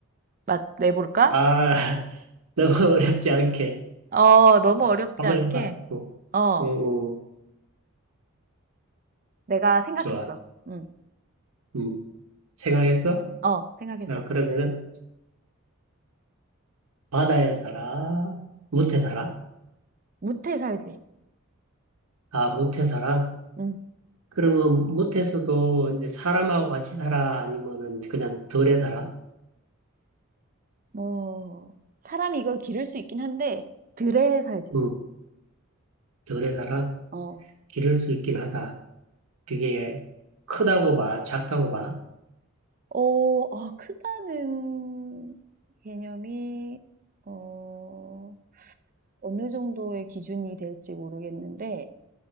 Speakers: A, on the right; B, on the right.
A: 맛 내볼까?
B: 아. <laughs> <laughs> 너무 어렵지 않게.
A: 어, 너무
B: 어,
A: 어렵지
B: 한번
A: 않게.
B: 해봐. 응,
A: 어,
B: 응, 응.
A: 내가 생각했어.
B: 좋아.
A: 응,
B: 응. 생각했어?
A: 어, 생각했어.
B: 자, 그러면은, 바다에 살아? 못해 살아?
A: 무태 살지.
B: 아, 못해 살아?
A: 응,
B: 그러면 못해서도 이제 사람하고 같이 살아? 아니면은 그냥 덜에 살아?
A: 뭐, 사람이 이걸 기를 수 있긴 한데, 들에 살지.
B: 응, 덜에 살아?
A: 어,
B: 기를 수 있긴 하다. 그게 크다고 봐, 작다고 봐.
A: 어, 어, 크다는 개념이, 어, 어느 정도의 기준이 될지 모르겠는데,